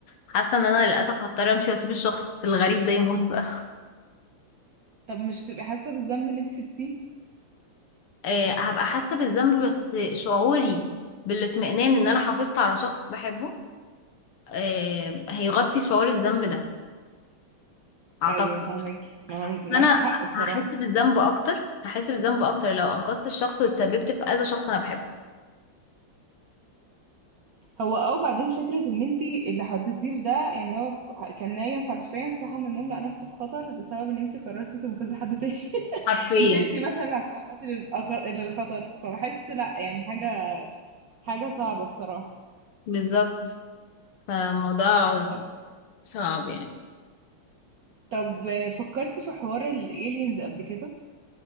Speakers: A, on the left; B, on the right.
A: حاسه ان انا للاسف هضطر امشي واسيب الشخص الغريب ده يموت بقى <laughs>
B: طب مش تبقي حاسة بالذنب ان انت سبتيه
A: آه، هبقى حاسه بالذنب بس شعوري بالاطمئنان ان انا حافظت على شخص بحبه آه، هيغطي شعور الذنب ده اعتقد
B: ايوه فاهمك ما انا معاكي
A: بس انا
B: حق بصراحة
A: هحس بالذنب اكتر هحس بالذنب اكتر لو انقذت الشخص واتسببت في اذى شخص انا بحبه
B: هو او بعدين فكرة ان انت اللي حطيتيه في ده يعني هو كان نايم حرفيا صحى من النوم لقى نفسه في خطر بسبب ان انت قررتي تنقذي حد تاني <laughs>
A: حرفيا
B: مش انت مثلا اللي هتتعرضي للأخر للخطر فبحس لا يعني حاجة حاجة صعبة بصراحة
A: بالظبط فالموضوع
B: طب
A: صعب يعني
B: طب فكرتي في حوار الالينز قبل كده